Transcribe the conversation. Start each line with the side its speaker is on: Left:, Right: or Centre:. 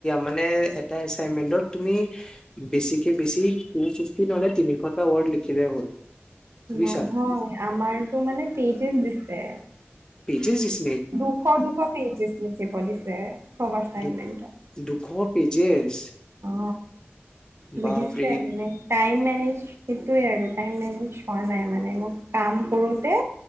Left: মানে এটা এছাইনমেণ্টত তুমি বেছিকে বেছি টু ফিফটি নহলে তিনিশটা ৱৰ্ড লিখিলেই হ'ল। বুজিছা
Right: নহয় আমাৰতো মানে পেইজেছ দিছে
Left: পেইজেছ দিছে
Right: দুশ দুশ পেজেছ লিখিব দিছে চব এচাইনমেণ্টৰ
Left: দু দুশ পেজেছ
Right: অ বুজিছে
Left: বাপৰে
Right: মানে টাইম টাইম মেনেজ সেইটোৱে আৰু টাইম মেনেজ হোৱা নাই মানে মোক কাম কৰোতে